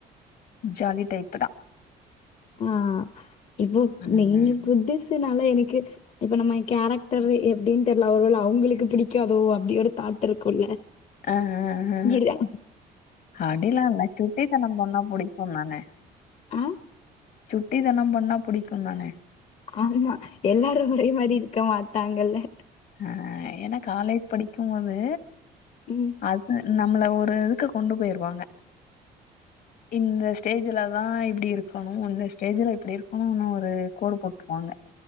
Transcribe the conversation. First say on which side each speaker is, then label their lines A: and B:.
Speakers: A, on the left (about 60°); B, on the left (about 40°).
A: ஜாலி டைப்புதா
B: ஆ இப்போ
A: ம்
B: நீங்க புதுசுனால எனக்கு இப்ப நம்ம கேரக்டர் எப்டின் தெர்ல ஒருவேள அவங்களுக்கு பிடிக்காதோ அப்டி ஒரு தாட் இருக்குல்ல
A: ஆ ஆ ஆ
B: கிரிதே
A: அடில்லால சுட்டி தனம் பண்ணா புடிக்குந் தானே
B: ஆ
A: சுட்டி தனொம் பண்ணா புடிக்குந்தானே
B: ஆமா எல்லாரு ஒரே மாரி இருக்க மாட்டாங்கல்ல
A: ஆஹ் எனா காலேஜ் படிக்கும்போது
B: உம்
A: அது நம்மள ஒரு இதுக்கு கொண்டு பொயிருவாங்க இந்த ஸ்டேஜுலதா இப்டி இருக்கணு இந்த ஸ்டேஜுல இப்டி இருக்கணூனு ஒரு கோடு போட்ருவாங்க